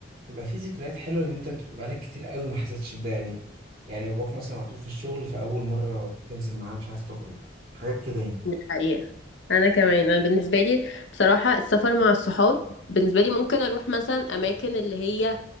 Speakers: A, on the right; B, on the left.
A: بيبقى في ذكريات حلوة إن أنت بتبقى بقالك كتير قوي ما حسيتش بده يعني يعني باباك مثلا على طول في الشغل فأول مرة تنزل معاه مش عارف تخرج حاجات كده يعني
B: دي حقيقة أنا كمان أنا بالنسبة لي بصراحة السفر مع الصحاب بالنسبة لي ممكن أروح مثلا أماكن اللي هي